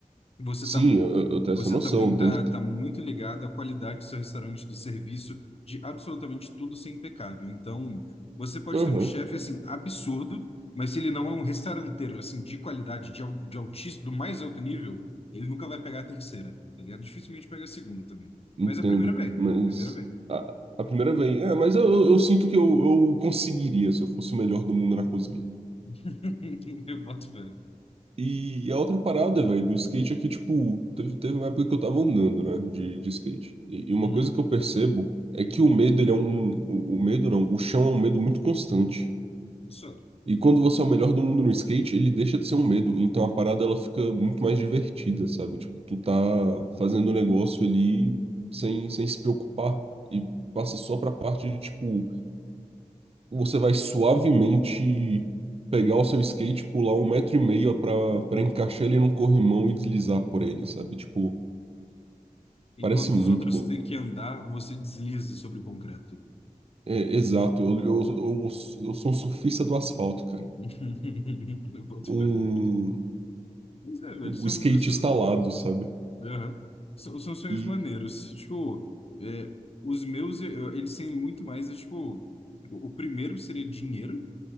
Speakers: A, on the left; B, on the right.
A: Você
B: Sim,
A: tá,
B: eu, eu eu tenho
A: você
B: essa noção,
A: também está
B: tem que.
A: tá tá muito ligado à qualidade do seu restaurante, do serviço, de absolutamente tudo ser impecável. Então, você pode
B: Aham,
A: ter um chefe assim absurdo, mas se ele não é um restauranteiro assim de qualidade, de, al- de altíssimo, do mais alto nível, ele nunca vai pegar a terceira. Tá ligado? Dificilmente pega a segunda também.
B: entendo.
A: Mas a primeira vem,
B: Mas
A: a primeira vem.
B: a, a primeira vez. É, mas eu, eu eu sinto que eu, eu conseguiria se eu fosse o melhor do mundo na cozinha.
A: <laughs> Eu boto fé.
B: E a outra parada, velho, do skate é que, tipo, teve, teve uma época que eu tava andando, né, de, de skate. E, e uma
A: Uhum.
B: coisa que eu percebo é que o medo, ele é um. O, o medo não, o chão é um medo muito constante.
A: Só.
B: E quando você é o melhor do mundo no skate, ele deixa de ser um medo. Então a parada ela fica muito mais divertida, sabe? Tipo, tu tá fazendo o negócio ali sem, sem se preocupar. E passa só pra parte de, tipo, você vai suavemente pegar o seu skate, pular um metro e meio pra, pra encaixar ele num corrimão e deslizar por ele, sabe? Tipo,
A: Enquanto
B: parece muito
A: os outros
B: bom.
A: têm que andar, você desliza sobre o concreto.
B: É, exato. Eu, eu, eu, eu sou um surfista do asfalto, cara.
A: <laughs> Eu boto
B: Um,
A: fé, velho. Mas é, velho,
B: um
A: são,
B: skatista
A: são, são,
B: alado, sabe?
A: aham. São- são sonhos
B: E,
A: maneiros. Tipo, é, os meus, eu- eles têm muito mais, é, tipo, o, o primeiro seria dinheiro,